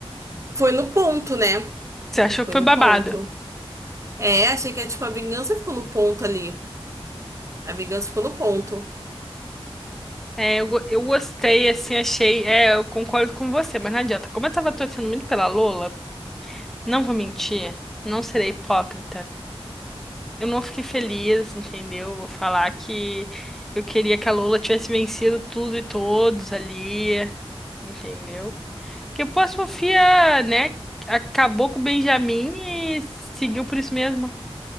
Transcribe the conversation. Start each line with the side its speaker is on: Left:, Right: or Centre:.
Right: foi no ponto, né?
Centre: Você achou
Right: Foi
Centre: que foi
Right: no
Centre: babado?
Right: ponto. É, achei que tipo a vingança ficou no ponto ali. A vingança ficou no ponto.
Centre: É, eu, go- eu gostei, assim, achei. É, eu concordo com você, mas não adianta. Como eu tava torcendo muito pela Lola, não vou mentir, não serei hipócrita. Eu não fiquei feliz, entendeu? Vou falar que eu queria que a Lola tivesse vencido tudo e todos ali, entendeu? Que pô, a Sofia, né, acabou com o Benjamin e seguiu por isso mesmo.